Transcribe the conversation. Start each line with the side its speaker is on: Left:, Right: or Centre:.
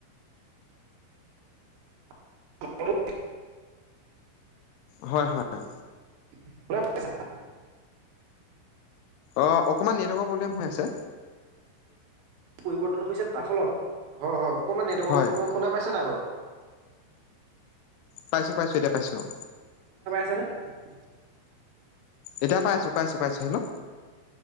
Right: <inaudible>
Left: হয় হয় হয়।
Right: <inaudible>
Left: অ', অকণমান নেটৱৰ্কৰ প্ৰব্লেম হৈ আছে।
Right: পৰিৱৰ্তন তাৰ ফলত হয় হয় অকমান নেটৱৰ্ক
Left: হয়
Right: শুনা পাইছানে নাই বাৰু।
Left: পাইছোঁ পাইছোঁ এতিয়া পাইছোঁ অ'।
Right: <inaudible>
Left: এতিয়া পাই আছো পাইছো পাইছো হেল্ল'।